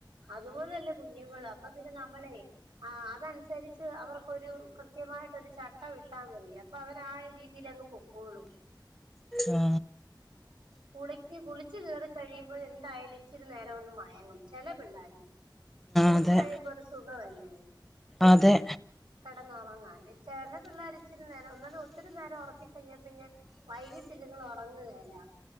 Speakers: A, on the right (about 80°); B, in the centre.
A: അതുപോലെല്ലേ കുഞ്ഞുങൾ അപ്പൊ പിന്നെ നമ്മളെ ആ അതനുസരിച്ച് അവർക്കൊരു കൃത്യമായിട്ടൊരു ചട്ട വിട്ട ടുത്താൽ മതി അപ്പൊ അവര് ആ രീതിൽ അങ്ങ് പൊക്കോളും
B: ആ
A: കുളിച്ച് കുളിച്ച് കേറി കഴിയുമ്പൊഴ് എന്തായാലും ഇച്ചിരി നേരം ഒന്ന് മയങ്ങും ച്ചെല പിള്ളേര് കുളിച്ച്കഴിയുമ്പൊ
B: അതെ
A: ഒരു സുഖവല്ലേ
B: അതെ
A: കെടന്നുറങ്ങാന് ചെല പിള്ളേരിച്ചിരി നേരം ന്നാലും ഒത്തിരി നേരം ഉറക്കി ക്കഴിഞ്ഞാൽ പിന്നെ വൈകിട്ട് ഇതുങ്ങൾ ഉറങ്ങുകേല